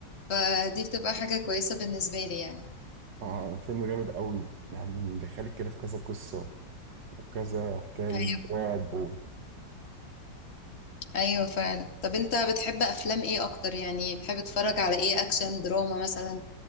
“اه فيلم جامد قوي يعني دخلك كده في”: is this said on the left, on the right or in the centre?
Right